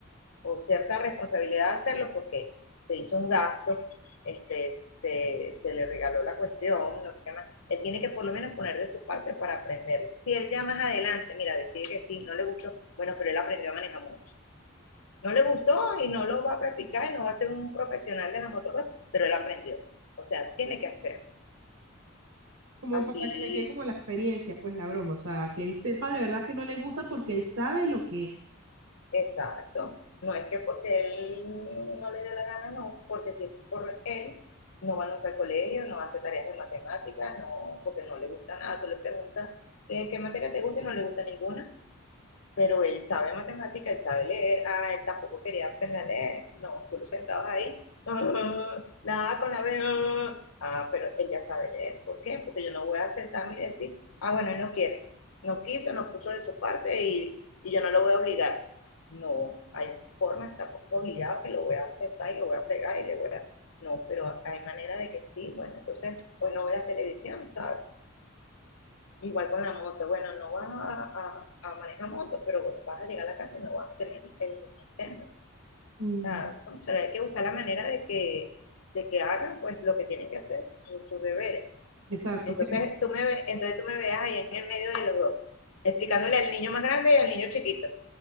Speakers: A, on the left (about 75°); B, on the right (about 80°).
A: o cierta responsabilidad de hacerlo porque se hizo un gasto, este, se, se le regaló la cuestión, no sé qué más. Él tiene que por lo menos poner de su parte para aprenderlo. Si él ya más adelante, mira, decide que sí, no le gustó, bueno, pero él aprendió a manejar mucho. No le gustó y no lo va a practicar y no va a ser un profesional de la motocross, pero él aprendió. O sea, tiene que hacer.
B: Como
A: Así
B: para que le quede como la experiencia, pues la broma. O sea, que él sepa de verdad que no le gusta porque él sabe lo que es.
A: Exacto. No es que porque él no le dé la gana, no, porque si es por él, no va nunca al colegio, no hace tareas de matemáticas, no, porque no le gusta nada. Tú le preguntas qué, qué materia te gusta y no le gusta ninguna pero él sabe matemática, él sabe leer, ah, él tampoco quería aprender a leer, no, tú lo sentabas ahí, <laughs> ah, la A con la B, <laughs> ah, ah, pero él ya sabe leer, ¿por qué? Porque yo no voy a sentarme y decir, ah, bueno, él no quiere, no quiso, no puso de su parte y, y yo no lo voy a obligar. No, hay formas, tampoco obligado que lo voy a sentar y lo voy a pegar y le voy a... No, pero hay maneras de que sí, bueno, entonces hoy no verás televisión, ¿sabes? Igual con la moto, bueno, no vas a, a- a manejar moto, pero bueno, vas a llegar a la casa y no vas a tener el Nintendo. O
B: Mm,
A: sea, cónchale, hay que buscar la manera de que, de que hagan pues lo que tienen que hacer, sus, sus deberes.
B: Exacto.
A: Entonces
B: que le-
A: tú me entonces tú me veas ahí en el medio de los dos, explicándole al niño más grande y al niño chiquito.